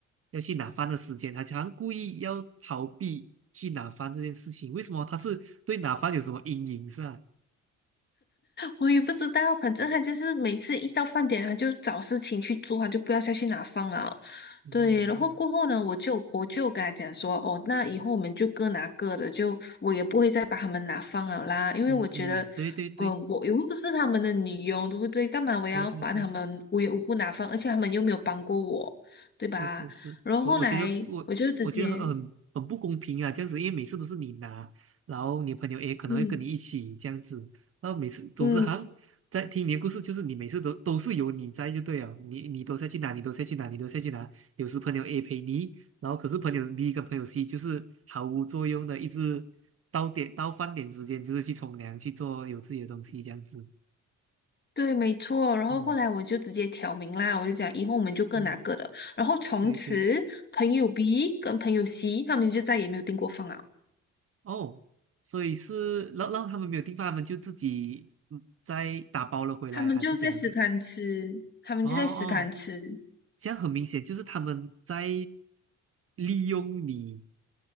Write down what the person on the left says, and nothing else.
我也不知道，反正他就是每次一到饭点，他就找事情去做，他就不要再去拿饭了。
对，然后过后呢，我就我就跟他讲说，哦，那以后我们就各拿各的，就我也不会再把他们拿饭了啦，因为我觉得，
嗯、我又不是他们的女佣，对不对？干嘛我要把他们无缘无故拿饭，
而且他们又没有帮过我，对吧？
然后后来我就直接，
嗯。
嗯，
对，没错。然后后来我就直接挑明啦，
我就讲以后我们就各拿各的。
然后从此，
朋友 B 跟朋友 C 他们就再也没有订过饭了，
他们就在食堂吃，
他们就在食堂吃。